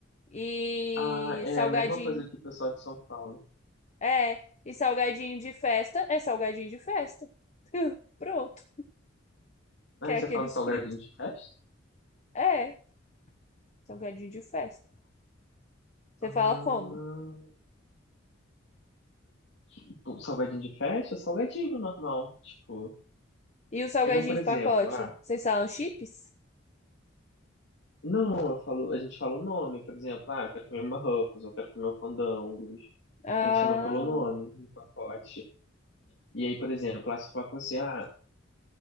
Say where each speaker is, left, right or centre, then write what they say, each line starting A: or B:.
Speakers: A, on the left; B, on the left.
A: E
B: Ah, é
A: salgadinho
B: a mesma coisa que o pessoal de São Paulo.
A: é, e salgadinho de festa é salgadinho de festa. <laughs> Pronto,
B: Ah,
A: que é
B: você
A: aqueles
B: fala salgadinho
A: fritos.
B: de festa?
A: É. Salgadinho de festa. Você
B: Ah,
A: fala como?
B: tipo, salgadinho de festa? Salgadinho normal. Tipo,
A: E o salgadinho
B: é igual, por
A: de
B: exemplo,
A: pacote?
B: ah,
A: Vocês falam chips?
B: não, eu falo, a gente fala o nome, por exemplo, ah, eu quero comer uma Ruffles, eu quero comer um fandangos.
A: Ah,
B: A gente chama pelo nome, no pacote. E aí, por exemplo, lá, se eu falar com você, ah,